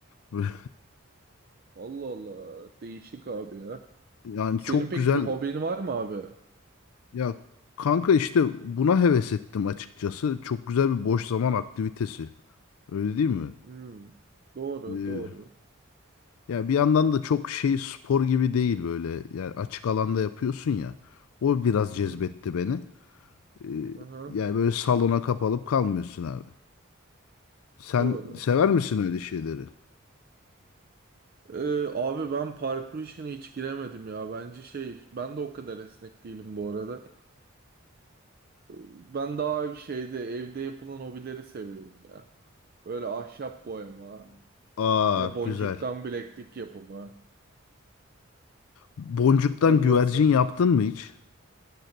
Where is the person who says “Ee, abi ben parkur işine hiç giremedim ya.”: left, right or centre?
Right